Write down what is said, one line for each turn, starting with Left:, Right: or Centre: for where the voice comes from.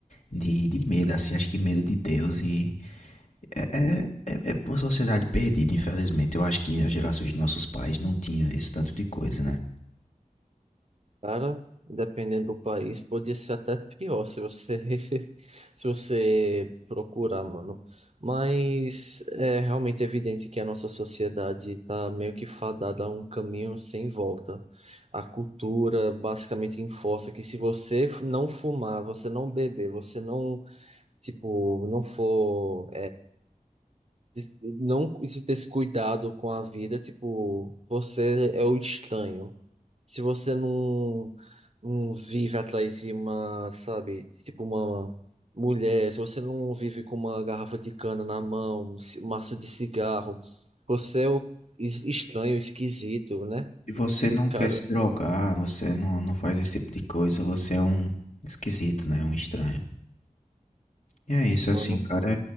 Left: de, de medo, assim, acho que medo de Deus e é, é, é uma sociedade perdida, infelizmente. Eu acho que as gerações de nossos pais não tinha esse tanto de coisa, né?
Right: Cara, dependendo do país, podia ser até pior se você <laughs> se você procurar, mano. Mas é realmente evidente que a nossa sociedade tá meio que fadada a um caminho sem volta. A cultura basicamente enforça que se você não fumar, você não beber, você não, tipo, não for des- não esse- ter esse cuidado com a vida, tipo, você é o estranho. Se você não, não vive atrás de uma, sabe, tipo uma mulher, se você não vive com uma garrafa de cana na mão, um ci- maço de cigarro, você é o es- estranho, esquisito, né?
Left: Se você não
Right: Cara,
Left: quer se drogar, você não, não faz esse tipo de coisa, você é um esquisito, né? Um estranho. E é isso, assim,
Right: mano.
Left: cara,